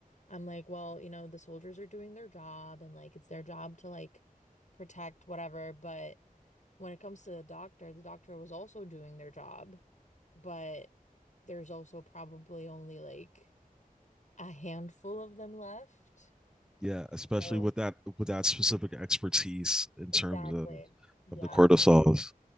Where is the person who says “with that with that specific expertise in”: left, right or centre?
Centre